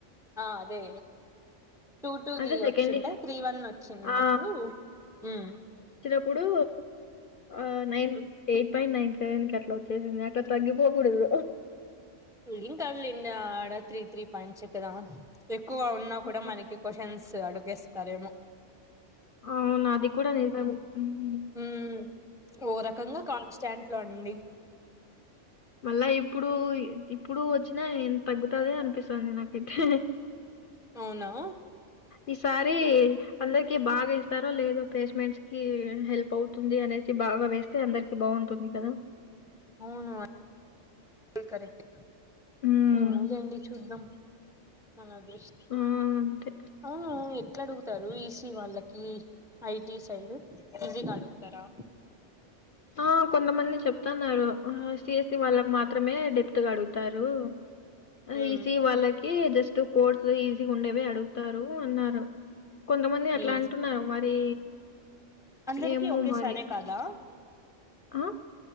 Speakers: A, in the centre; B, on the left.
A: ఆ అదే టూ టూ
B: అంటే
A: ది
B: సెకండ్
A: వచ్చింటే త్రీ వన్ వచ్చినప్పుడు
B: ఆ
A: మ్
B: ఇప్పుడు ఆ nine eight point nine seven కి అట్లా వచ్చేసింది అట్లా తగ్గిపోకూడదు
A: ఇం కాదులే ఇంగ ఆడ త్రీ త్రీ పయిం చేప్పదా ఎక్కువ ఉన్నా కూడా
B: ఆ
A: మనకి క్వశ్చన్స్ అడుగేస్తారేమో
B: అవును అది కూడా నిజం మ్
A: ఉమ్ ఓ రకంగా కాన్స్టాంట్ లో అండి
B: మళ్ళా ఇప్పుడు ఇప్పుడు వచ్చినా ఎంత తగ్గుతంది అనిపిస్తది నాకైతే
A: అవున
B: ఈసారి అందరికి బాగా ఇస్తారో లేదో ప్లేస్మెంట్స్ కి హెల్ప్ అవుతుంది అనేసి బాగ వేస్తే అందరికి బాగుంటుంది కదా
A: అవును అది కర్రెక్టే
B: హ్మ్.
A: ఏమొ లేండి చూద్దాం మనదృష్ట
B: ఆ! అంతే.
A: అ ఆ ఎట్లా అడుగుతారు ఇష్ కి వాళ్ళకి ఐటి సైడ్ ఈజీ గ అడుగుతారా
B: ఆ కొంతమంది చెప్తున్నారు సిఎస్సి వాళ్ళకు మాత్ త్రమే డెప్త్ అడుగుతారు ఆ
A: ఉమ్
B: ఈసి వాళ్ళకి జస్ట్ కోర్స్ ఈజీ ఉండేవి అడుగుతారు అన్నారు కొంతమంది అట్లా
A: ఈ
B: అంటున్నారు మరి
A: అందరికి
B: ఏమో
A: ఒకే
B: మరి.
A: సారే కాదా
B: ఆ